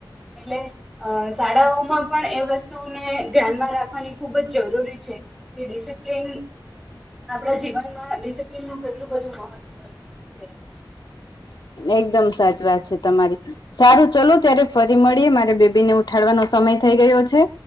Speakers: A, in the centre; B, on the left.
A: એટલે અ શાળાઓમાં પણ એ વસ્તુને ધ્યાનમાં રાખવાની ખુબ જ જરૂરી છે. કે ડિસિપ્લન આપડા જીવનમાં ડિસિપ્લન નું કેટલું બધું મહત્વ. છે
B: એકદમ સાચી વાત છે તમારી સારું ચલો ત્યારે ફરી મળીએ મારે બેબી ને ઉત. ઉઠાડવાનો સમય થઈ ગયો છે.